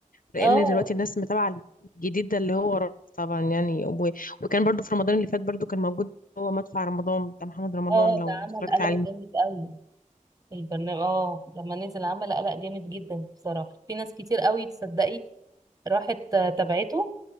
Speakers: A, on the left; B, on the right.
A: لان
B: اه
A: دلوقتي الناس متابعه الجديد ده اللي هو رامز طبعا يعني و... وكان برضو في رمضان اللي فات برضو كان موجود هو مدفع رمضان بتاع محمد رمضان
B: اه
A: لو
B: ده عمل
A: اتفرجت
B: قلق
A: عليه
B: جامد قوي البرنامج اه لما نزل عمل قلق جامد جدا بصراحة في ناس كتير قوي تصدقي راحت آه، تابعته